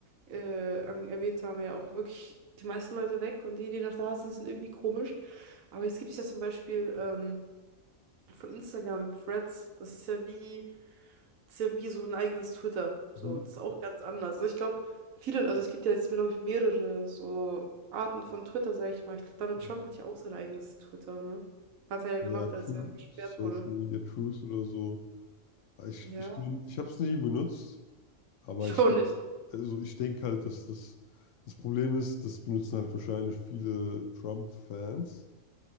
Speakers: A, on the right; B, on the left.
A: äh, an, erwähnt haben, ja auch wirklich die meisten Leute weg und die, die noch da sind, sind irgendwie komisch. Aber jetzt gibt es ja zum Beispiel ähm, von Instagram Threads. Das ist ja wie ist ja wie so ein eigenes Twitter.
B: Mhm.
A: So, das ist auch ganz anders. Also ich glaube, viele, also es gibt ja jetzt, glaube ich, mehrere so Arten von Twitter, sage ich mal. Ich glaube, Donald
B: Ja,
A: Trump hat ja auch sein eigenes Twitter, ne? Hat er ja
B: Ja,
A: gemacht,
B: True,
A: als er gesperrt
B: Social
A: wurde.
B: Media Truth oder so. Aber Ich,
A: Ja,
B: ich, ich habe es nie benutzt, aber
A: ich
B: ich,
A: auch
B: glaub-
A: nicht.
B: also ich denke halt, dass das, das Problem ist, das benutzen halt wahrscheinlich viele Trump-Fans.